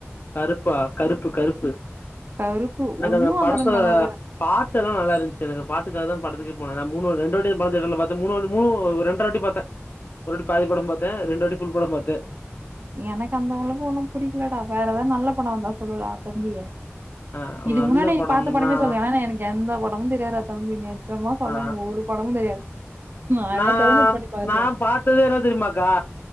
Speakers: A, on the left; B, on the right.
A: கருப்பா கருப்பு கருப்பு
B: கருப்பு
A: எனக்கு
B: ஒன்னும்
A: அந்த படத்துல
B: அளவுக்கு நல்லா இல்லடா
A: பாட்டு எல்லா நல்லா இருந்துச்சு எனக்கு பாட்டுக்காகதா படத்துக்கே போன நா மூணுவாட் ரெண்டுவாட்டிதா படத்த எடைல பாத்தே மூணுவாட்டி மூணு அது ஒரு ரெண்டரவாட்டி பாத்தே ஒருவாட்டி பாதி படோ பாத்தே ரெண்டுவாட்டி ஃபுல் படோ பாத்தே
B: எனக்கு அந்த அளவுக்கு ஒண்ணும் புடிக்கலடா வேற எதாவது நல்ல படோ இருந்தா சொல்லுடா தம்பி
A: ஆ
B: இதுக்கு
A: நல்ல
B: முன்ன நீ
A: படம்னா
B: பாத்த படமே சொல்லு ஆனா எனக்கு எந்த படமு தெரியாதுடா தம்பி நெஜமா சொல்றே
A: ஆ
B: எனக்கு ஒரு படமு தெரியாது அதா
A: நா
B: டவுன்லோட் பண்ணி பாத்தே
A: நா பாத்தது என்ன தெரியுமாக்கா